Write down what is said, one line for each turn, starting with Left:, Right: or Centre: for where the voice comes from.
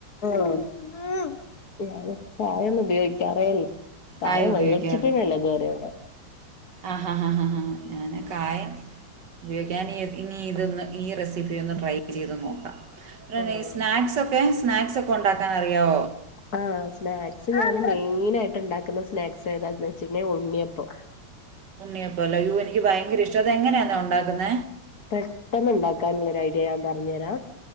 Left: ആ ഞൻ കായൊന്നും ഉപയോഗിക്കാറേഇല്ല ക്കായം
Right: കായ ഉപയോഗിക്കാറില്ല
Left: മേടിച്ചിട്ടന്നല്ലേ ഇതുവരെ ഇവിടെ
Right: ആ ഹ ഹ ഹ ഞാാന് കായം ഉപയോഗിക്കാൻ ഇനി ഇതൊന്ന് ഈ റെസിപ്പി ട്രൈ ചെയ്ത് നോക്കാം
Left: ആഹ്
Right: സ്നാക്സൊക്കെ സ്നാക്സ് ഒക്കെ ഉണ്ടാക്കാൻ അറിയോ
Left: ആ സ്നാക്സ് ഞൻ മെയിൻ ആയിട്ട് ഉണ്ടാക്കുന്ന സ്നാക്സ് ഏതാന്ന് വെച്ചിട്ട ഉണ്ണിയപ്പം
Right: ഉണ്ണിയപ്പോല്ല എനിക്ക് ഭയങ്കര ഇഷ്ടം അത് എങ്ങനെയാന്ന ഉണ്ടാക്കുന്ന
Left: പെട്ടെന്ന് ഉണ്ടാക്കാനുള്ള ഒരു ഐഡിയ ഞാൻ പറഞ്ഞു തരാ